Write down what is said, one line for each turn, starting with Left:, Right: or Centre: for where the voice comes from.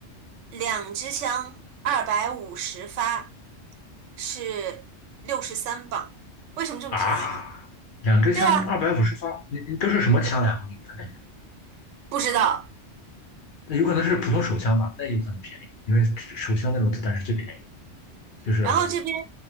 Right: 两支枪二百五十发是六十三磅，为什么这么便宜呢？
Left: 啊。两支枪二百五十发，
Right: 对啊，
Left: 你你都是什么枪呀？你看一下，
Right: 不知道。
Left: 那有可能是普通手枪吧，那有可能便宜，因为手枪那种子弹是最便宜，就是
Right: 然后这边